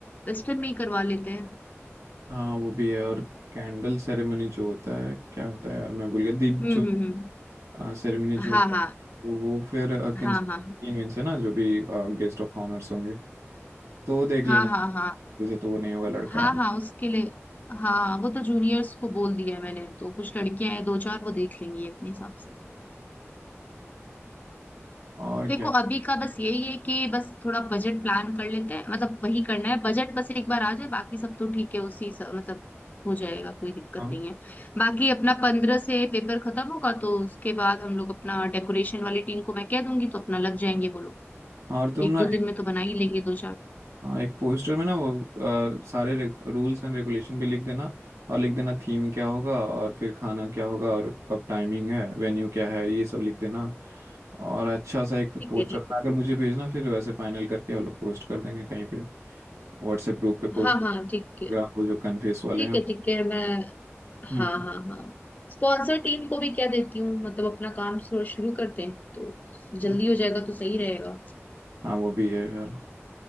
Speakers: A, on the left; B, on the right.
A: वेस्टर्न में ही करवा लेते हैं
B: हाँ वो भी है और कैंडल सेरेमनी जो होता है क्या होता है यार मैं भूल गया दीप
A: हम्म
B: जो
A: हम्म हम्म
B: सेरेमनी जो होता
A: हाँ
B: है
A: हाँ
B: वो वो फिर अ, किन
A: हाँ
B: तीन
A: हाँ
B: दिन से ना जो भी गेस्ट ऑफ ऑनर्स होंगे तो वो देख
A: हाँ
B: लेना
A: हाँ हाँ
B: जैसे तो वो नहीं होगा लड़का
A: हाँ
B: हूँ
A: हाँ उसके लिए हाँ वो तो जूनियर्स को बोल दिया है मैंने तो कुछ लड़कियां हैं दो चार वो देख लेंगी अपने हिसाब से
B: और
A: देखो
B: क्या
A: अभी का बस यही है कि बस थोड़ा बजट प्लान कर लेते हैं मतलब वही करना है बजट बस एक बार आ जाए बाकी सब तो ठीक है उसी स- मतलब हो जाएगा कोई दिक्कत
B: हाँ
A: नहीं है बाकी अपना पंद्रह से पेपर खत्म होगा तो उसके बाद हम लोग अपना डेकोरेशन वाली टीम को मैं कह दूंगी तो अपना लग जाएंगे वो लोग
B: और तुम
A: एक
B: ना
A: दो दिन में तो बना ही लेंगे दो चार
B: हाँ एक पोस्टर में ना वो अ, सारे रूल्स एंड रेगुलेशन भी लिख देना और लिख देना थीम क्या होगा और फिर खाना क्या होगा और कब टाइमिंग है वेन्यू क्या है ये सब लिख देना और अच्छा सा एक
A: ठीक
B: पोस्टर
A: है ठीक
B: बनाकर
A: है
B: मुझे भेजना फिर वैसे फाइनल करके हम लोग पोस्ट कर देंगे कहीं पे व्हाट्सएप ग्रुप पे पोस्ट
A: हाँ हाँ ठीक
B: इंस्टाग्राम
A: है
B: वो जो कन्फेस वाले
A: ठीक
B: हैं
A: है ठीक है मैं हाँ
B: हम्म
A: हाँ हाँ स्पॉन्सर टीम को भी क्या देती हूँ मतलब अपना काम शुरू शुरू करते हैं तो
B: हम्म।
A: जल्दी हो जाएगा तो सही रहेगा
B: हाँ वो भी है यार